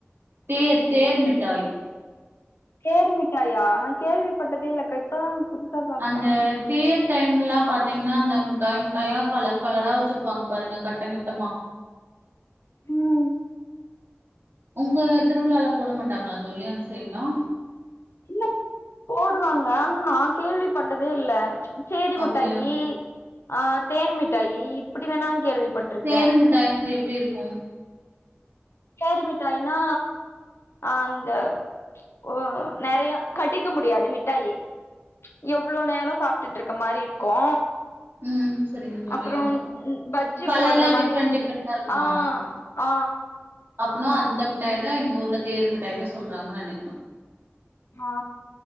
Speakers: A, on the right; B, on the left.
A: தேர் தேர் மிட்டாய்
B: தேருமிட்டாயா நா கேள்விப்பட்டதே இல்லக்கா இப்பதா புதுசா பாக்குறே
A: அந்த தேர் டைம்லா பாத்தீங்னா அந்த முட்டாய் முட்டாயா கலர் கலரா வச்சிருப்பாங்க பாருங்க கட்ட கட்டமா
B: ம்
A: உங்க திருவிழாலா போட மாட்டாங்க லா தோழி அந்த சைடுலா
B: இல்ல போடுவாங்க ஆனா நா கேள்விப்பட்டதே இல்ல சேரி
A: அப்டியா
B: முட்டாயி ஆ தேன் மிட்டாயி இப்டி வேணா கேள்விப்பட்ருக்கே
A: தேருமிட்டா க்ட்ரி எப்டி இருக் கு
B: சோரு மிட்டாய்னா அந்த உ நெறைய கடிக்க முடியாது மிட்டாயி எவ்ள நேர சாப்ட்டுட்டு இருக்க மாரி இருக்கு
A: ம் சரிங்க தோழி
B: அப்ற பஜ்ஜி
A: கலர்லா
B: போட்ற மாரி
A: டிஃப்ரெண்ட் டிஃப்ரெண்டா இருக்குமா
B: ஆ ஆ
A: அப்பனா அந்த மிட்டாய் தா எங்க ஊர் ந்த தேருமிட்டாயினு சொல்றாங்க நெனக்கற
B: ஆ